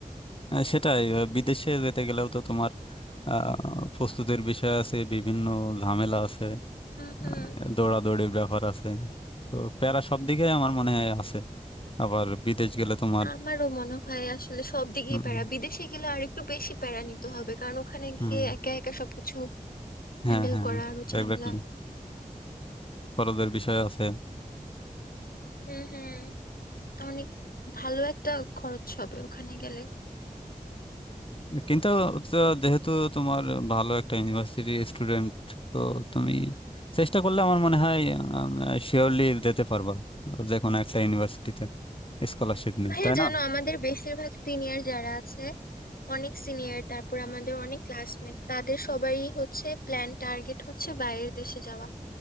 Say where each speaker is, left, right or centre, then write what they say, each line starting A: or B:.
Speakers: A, on the left; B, on the left.
A: এ- সেটাই আহ, বিদেশে যেতে গেলেও তো তোমার আহ, প্রস্তুতির বিষয় আছে বিভিন্ন ঝামেলা আছে
B: হুম হুম
A: আহ, দৌড়াদৌড়ির ব্যাপার আছে তো প্যারা সব দিকে আমার মনে হয় আছে আবার বিদেশ গেলে তোমার
B: আমারও মনে হয় আসলে সব দিকেই
A: হুম,
B: প্যারা বিদেশে গেলে আর একটু বেশি প্যারা নিতে হবে কারণ ওখানে
A: হুম,
B: গিয়ে একা একা সবকিছু
A: হ্যাঁ
B: হ্যান্ডেল
A: হ্যাঁ
B: করা আরো ঝামেলা
A: এক্স্যাক্টলি খরচের বিষয় আছে
B: হুম হুম অনেক ভালো একটা খরচ হবে ওখানে গেলে
A: কিন্তু তো যেহেতু তোমার ভালো একটা ইউনিভার্সিটি স্টুডেন্ট তো তুমি চেষ্টা করলে আমার মনে হয় শিওরলি দিতে পারবা যে কোনো একটা ইউনিভার্সিটিতে স্কলারশিপ নিয়ে
B: ভাইয়া
A: তাই
B: জানো
A: না
B: আমাদের বেশিরভাগ সিনিয়র যারা আছে অনেক সিনিয়র তারপর আমাদের অনেক ক্লাসমেট তাদের সবারই হচ্ছে প্ল্যান টার্গেট হচ্ছে বাইরের দেশে যাওয়া